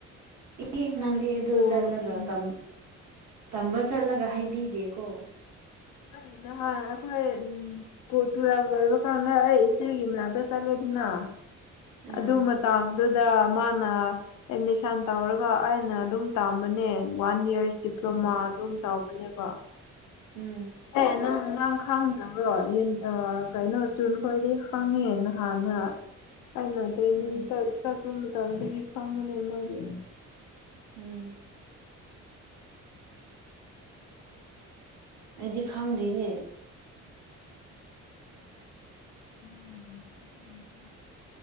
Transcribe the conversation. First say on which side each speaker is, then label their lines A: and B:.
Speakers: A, on the left; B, on the right.
A: ꯑꯩꯈꯣꯏ
B: ꯑꯦ ꯅꯪꯗꯤ
A: ꯁ꯭ꯀꯨꯜ
B: ꯑꯗꯨ ꯆꯠꯂꯒ
A: ꯎꯝ
B: ꯇꯝ ꯇꯝꯕ ꯆꯠꯂꯒ ꯍꯥꯏꯕꯤꯗꯦꯀꯣ
A: ꯑꯩ ꯅꯍꯥꯟ ꯑꯩꯈꯣꯏ ꯎꯝ ꯀꯣꯇꯨꯔꯞ ꯂꯣꯏꯕ ꯀꯥꯟꯗ ꯑꯩ ꯏꯆꯦꯒꯤ ꯃꯅꯥꯛꯇ ꯆꯠꯂꯦꯗꯅ
B: ꯑꯥ
A: ꯑꯗꯨ ꯃꯇꯥꯝ ꯑꯗꯨꯗ ꯃꯥꯅ ꯑꯦꯠꯃꯤꯁꯟ ꯇꯧꯔꯒ ꯑꯩꯅ ꯑꯗꯨꯝ ꯇꯝꯕꯅꯦ ꯋꯥꯟ ꯏꯌ꯭ꯔꯁ ꯗꯤꯄ꯭ꯂꯣꯃꯥ
B: ꯎꯝ
A: ꯑꯗꯨꯝ ꯇꯧꯕꯅꯦꯕ
B: ꯎꯝ
A: ꯑꯦ ꯅꯪ ꯉꯥꯡ ꯈꯡꯗ꯭ꯔꯕ꯭ꯔꯣ ꯌꯦꯟ ꯑ ꯀꯩꯅꯣ ꯆꯨꯟꯈꯣꯏꯗꯤ ꯈꯪꯉꯤ ꯅꯍꯥꯟꯅ ꯑꯩꯅ ꯇ꯭ꯔꯦꯅꯤꯡꯇ
B: ꯎꯝ
A: ꯆꯠꯄ ꯃꯇꯝꯗꯒꯤ ꯈꯪꯕꯅꯦ ꯃꯥꯗꯤ
B: ꯎꯝ ꯑꯩꯗꯤ ꯈꯪꯗꯤꯅꯦ
A: <inaudible>